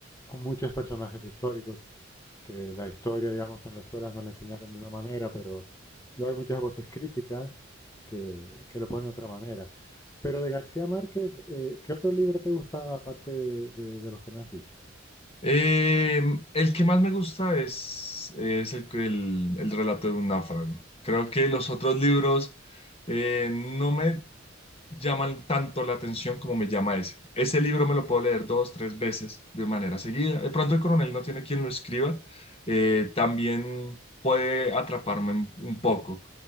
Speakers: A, on the left; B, on the left.
A: con muchos personajes históricos. que la historia, digamos, en la escuela nos la enseñaron de una manera, pero luego hay muchas voces críticas que, que lo ponen de otra manera. Pero de García Márquez, eh, ¿qué otro libro te gusta aparte de, de- de los que me has dicho?
B: Eh, el que más me gusta es, es el, que- el, el relato de un náufrago. Creo que los otros libros eh, no me llaman tanto la atención como me llama ese. Ese libro me lo puedo leer dos, tres veces de manera seguida. De pronto el coronel no tiene quien lo escriba. eh, también puede atraparme un poco.